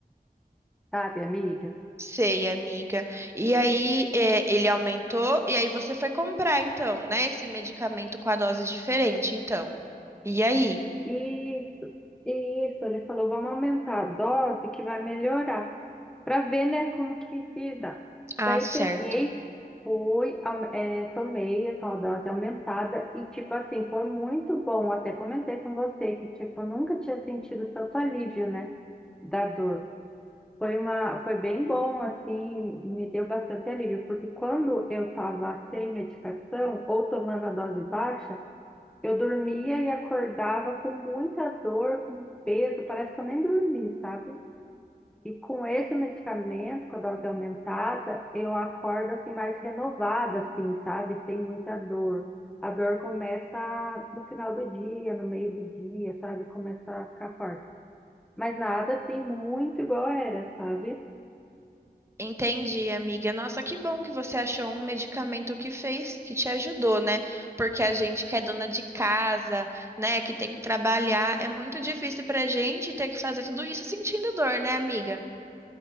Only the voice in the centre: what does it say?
sabe, amiga?
Isso, isso, ele falou, vamos aumentar a dose que vai melhorar, para ver, né, como que se dá.
Daí
peguei, fui, au- eh, tomei essa dose aumentada e, tipo assim, foi muito bom. Até comentei com você que, tipo, eu nunca tinha sentido tanto alívio, né, da dor. Foi uma, foi bem bom, assim, me deu bastante alívio, porque quando eu estava sem medicação ou tomando a dose baixa, eu dormia e acordava com muita dor, com peso, parece que eu nem dormi, sabe? E com esse medicamento, com a dose aumentada, eu acordo assim mais renovada, assim, sabe? Sem muita dor. A dor começa no final do dia, no meio do dia, sabe? Começa a ficar forte. Mas nada assim muito igual era, sabe?